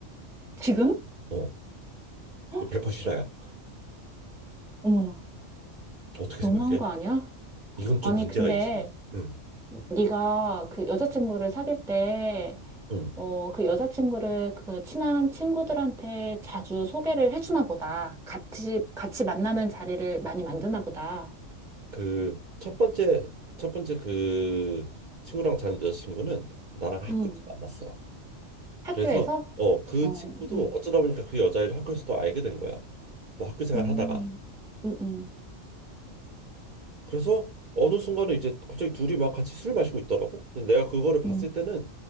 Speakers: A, in the centre; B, on the right.
A: 지금?
B: 어,
A: 헉,
B: 1퍼시 실화야.
A: 어머나,
B: 어떻게
A: 너무한
B: 생각해?
A: 거 아니야?
B: 이건
A: 아니,
B: 좀 문제가
A: 근데
B: 있지. 응,
A: 네가 그 여자친구를 사귈 때,
B: 응.
A: 어, 그 여자친구를 그 친한 친구들한테 자주 소개를 해주나 보다. 같이, 같이 만나는 자리를 많이 만드나 보다.
B: 그 첫 번째 첫 번째 그 친구랑 잔 여자친구는 나랑 학교에서
A: 음
B: 만났어.
A: 학교에서?
B: 그래서 어 그
A: 어,
B: 친구도
A: 응,
B: 어쩌다 보니까 그 여자애를 학교에서 또 알게 된 거야. 뭐 학교 생활
A: 음,
B: 하다가.
A: 음
B: 그래서 어느 순간에 이제 갑자기 둘이 막 같이 술 마시고 있더라고. 근데 내가 그거를 봤을
A: 음,
B: 때는